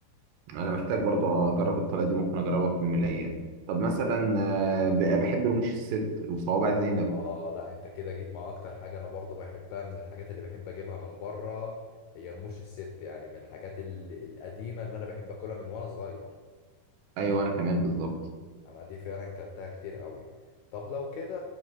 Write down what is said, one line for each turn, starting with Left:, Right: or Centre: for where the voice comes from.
Right: انا محتاج برضه اجرب الطريقه دي ممكن اجربها في يوم من الايام طب مثلا آه، ب- بحب رموش الست وصوابع زينب
Left: اه لا انت كده جيت مع اكتر حاجة انا برضو بحبها من الحاجات اللي بحب اجيبها من بره هي رموش الست يعني من الحاجات ال- القديمة اللي انا بحب اكلها من وانا صغير
Right: ايوه انا كمان بالظبط
Left: انا دي فعلا كلتها كتير قوي طب لو كده